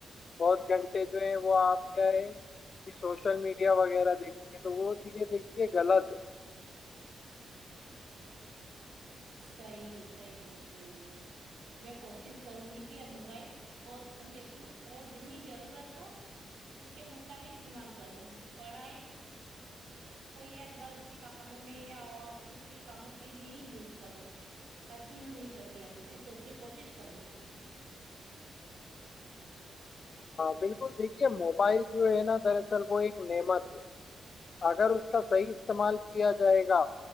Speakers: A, on the left (about 50°); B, on the right (about 80°).
A: بہت گھنٹے جو ہیں وہ آپ کیا ہے کہ سوشل میڈیا وغیرہ دیکھتی ہیں تو وہ چیزیں دیکھتی غلط ہے
B: صحیح صحیح بالکل میں کوشش کروں گی کہ اب موبائل بہت کم دیکھوں اور جتنی ضرورت ہو اس کے مطابق استعمال کروں پڑھائی یا گھر کے کاموں میں یا آفس کے کاموں کے لیے ہی یوز کروں فالتو یوز نہیں کروں گی اب میں سوچوں کوشش کروں گی
A: بالکل دیکھیے موبائل جو ہے نا دراصل وہ ایک نعمت ہے اگر اس کا صحیح استعمال کیا جائے گا